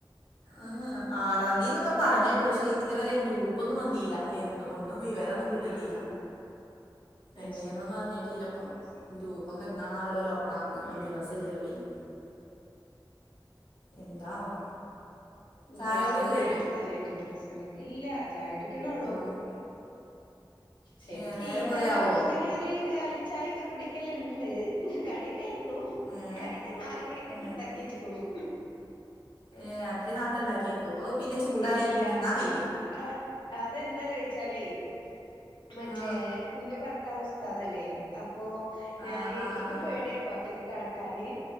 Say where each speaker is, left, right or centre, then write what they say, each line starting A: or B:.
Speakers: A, on the left; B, on the left.
A: ആഹ് ആറാം ദ്ധീ ന്നൊക്കെ പറഞ്ഞേട്ടു പക്ഷെ ഇതുവരെ ഗ്രൂപ്പ് പ്പൊന്നും വന്നിയില്ല എന്നു ഒന്നും വിവരൊന്നും കിട്ടിയിട്ടില്ല.
B: ആഹ് അത്
A: എങ്ങനാന്നൊന്നും
B: ശരി
A: അറിഞ്ഞിട്ടില്ല പ്പൊ ഗ്രൂപ്പ് ഒക്കെ എന്നാണാവൊ ഓല് ഓപ്പൺ
B: ഉം
A: ആ ദിവസല്ലില്ലോ പ്പഞ്ഞി എന്താവോ. ചായ
B: പ്ലസ്
A: കുടിയൊക്കെ
B: വണ്ണായ
A: കഴിഞ്ഞോ
B: അങ്ങൻ തന്നെയല്ലേ പ്ലസ് വണ്ണ്ക്ക് ഇല്ല ചായുടിക്ക്ണോള്ളൂ.
A: ആഹ്
B: ശരിക്
A: ഏഹ് നേരം
B: ഈ
A: കൊറേ
B: നേരവുമ്പത്തിന്
A: ആവോ
B: ഒരു കാലിച്ചായൊക്കെ കുടിക്കല്ണ്ട് കടി കയ്ക്ണു,
A: ഏഹ്
B: കടിയൊക്കെ നാല്മണിക്കന്നെ
A: ഏഹ്
B: ണ്ടാക്കി വച്ക്ണു.
A: ഏഹ് അത്രി നേർത്തെ ണ്ടാക്കിയേക്കുവോ, അത് പിന്നെ ചൂടാറിയ
B: ഇല്ല
A: തിന്നാൻ കയോ.
B: ആഹ് അതെന്താ ചോയിച്ചാലേയ് മറ്റേ
A: ആഹ്
B: ഇന്റെ ഭർത്താവ് ഉസ്താദല്ലേ, അപ്പോ ഞാന്
A: ആഹ് ആഹ്
B: ഇക്
A: ആഹ്
B: പേടി ട്ടൊ ഒറ്റക്ക് കേടക്കാന്,